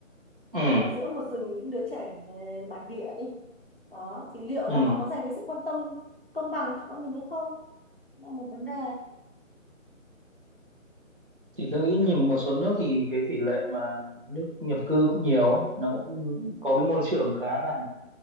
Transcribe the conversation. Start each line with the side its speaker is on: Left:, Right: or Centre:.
Right: ừ
Left: ở giữa một rừng những đứa trẻ ờ, bản địa đi đó thì liệu
Right: ừ
Left: là họ có dành cái sự quan tâm công bằng cho con mình hay không là một vấn đề
Right: thì tôi nghĩ nhìn một số nước thì cái tỷ lệ mà nước nhập cư cũng nhiều ấy nó cũng có cái môi trường khá là